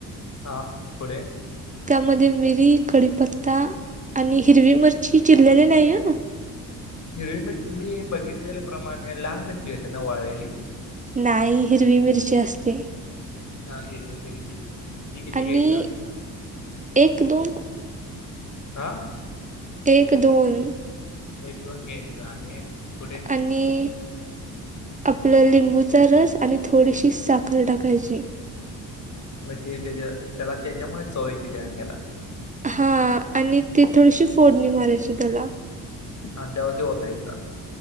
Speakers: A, on the left (about 35°); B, on the right (about 15°).
A: हा पुढे.
B: त्यामध्ये मिरी, कडीपत्ता आणि हिरवी मिरची चिरलेली नाई हं.
A: हिरवी मिरची मी बघितलेल्या प्रमाणे लाल मिरची होते ना वाळलेली.
B: नाही हिरवी मिरची असते.
A: हा हिरवी मिरची ती किती
B: आणि
A: घेयच?
B: एक दोन
A: आं?
B: एक, दोन.
A: एक दोन घ्यायचा आणि पुढे.
B: आणि आपलं लिंबूचा रस आणि थोडीशी साखर टाकायची.
A: मग ते त्याझ त्याला तेच्यामुळच चव येत्या काय ह्याला?
B: हां आणि ती थोडीशी फोडणी मारायची त्याला.
A: आन त्यावर ते ओतायचा.